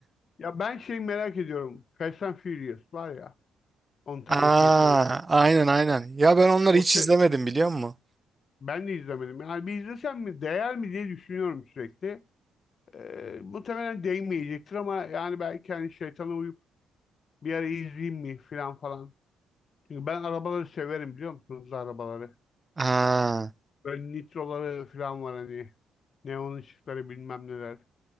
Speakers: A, on the left (about 50°); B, on the right (about 20°).
A: ya ben şey merak ediyorum. Fast and Furious var ya 10 tane
B: Aa,
A: film falan. çek-
B: aynen aynen. Ya ben onları
A: O
B: hiç
A: şey,
B: izlemedim biliyor musun?
A: ben de izlemedim. Yani bir izlesem mi değer mi diye düşünüyorum sürekli. E, muhtemelen değmeyecektir ama yani belki hani şeytana uyup bir ara izleyeyim mi falan falan. Çünkü ben arabaları severim biliyor musunuz arabaları.
B: Aa,
A: Böyle nitroları falan var hani. Neon ışıkları bilmem neler.